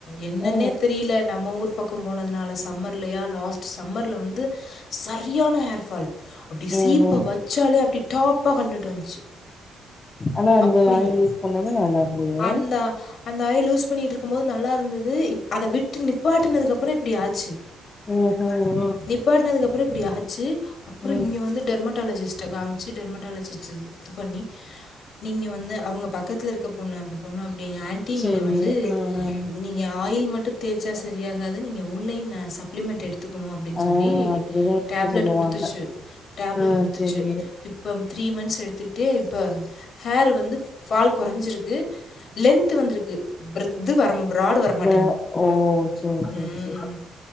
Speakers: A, on the left; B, on the left.
A: என்னன்னே
B: ஆ
A: தெரியல நம்ம ஊர் பக்கம் பக்க போனதுனால சம்மர் இல்லயா லாஸ்ட்ட் சம்மர்ல வந்து சரியான ஹேர் ஃபால் அப்டி சீப்ப
B: ஓஹோ
A: வைச்சாலே அப்படி டாப்பா கலன்டு வந்துச்சு
B: அத அந்த
A: அப்படி
B: ஆயில் யூஸ் பண்ணது நல்லா இருந்தது
A: அந்த அந்த ஆயில் லூஸ் பண்ணிகிட்டு இருக்கு போது நல்லா இருந்தது இப்பஅதை விட்டு நிப்பாட்டினது அப்புற இப்டி ஆச்சு
B: ஆஹ
A: நிப்பாடினதுக்கு அப்புற இப்டி ஆச்சு அப்புற
B: ம்
A: இங்கே வந்து டெர்மட்டாலஜிஸ்டக்கா காமிச்சு சி டெர்மடாலஜி இது பண்ணி நீங்க வந்து அவங்க பக்கத்துல இருக்க பொண்ணு அந்த பொண்ணு அப்டிங்க ஆண்டி ஆண்டி
B: செரி
A: நீங்க வந்து
B: ஆ ஆ
A: நீங்க ஆயில் மட்டு தேய்ச்சா சரியாகாது நீங்கள் உள்ளயேளையு நா சப்ளிமெண்ட் எடுத்து கத்துக்கணு அப்படின்னு
B: ஆ
A: சொல்லி
B: அப்டிதா எடுக்க
A: டேப்லட்
B: சொல்லுவாங்க
A: கொடுத்துச்ச டேப்லெட்
B: ஆ
A: கொடுத்துச்சு
B: செரி
A: இப்ப த்ரீ மந்த்ஸ் எடுத்துக்கிட்டட்டு இப்ப ஹேர் வந்து ஃபால் குறைஞ்சிருக்கு லென்த் வந்துருக்கு பிர இது வர பராடு வரமாட்டேங்குது
B: இந்த ஓ செரி செரி
A: ம்
B: செரி